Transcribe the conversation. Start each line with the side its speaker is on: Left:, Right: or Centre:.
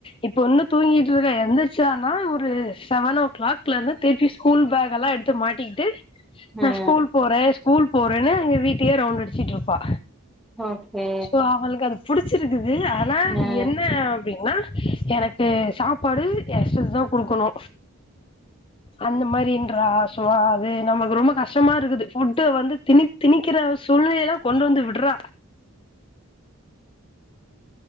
Left: இப்ப இன்னு தூங்கிட்டு இருக்கா. எந்திரிச்சானா ஒரு செவன் ஓ கிளாக்ல இருந்து திருப்பி ஸ்கூல் பேக் எல்லா எடுத்து மாட்டிக்கிட்டு
Centre: ம்
Left: நா ஸ்கூல் போறே ஸ்கூல் போறேன்னு எங்க வீட் டயே ரவுண்ட் அடிச்சிட்டு இருப்பா
Centre: ஓகே
Left: சோ அவளுக்கு அது புடிச்சிருக்குது ஆனா
Centre: ஆ
Left: என்ன அப்டின்னா எனக்கு சாப்பாடு ஏ சிஸ் தா கொடுக்கணு அந்த மாரின்றா வா அது நமக்கு ரொம்ப கஷ்டமா இருக்குது. ஃபுட் வந்து திணி திணிக்கிற சூழ்நிலைல்லா கொண்டு வந்து விடு ட்டுறா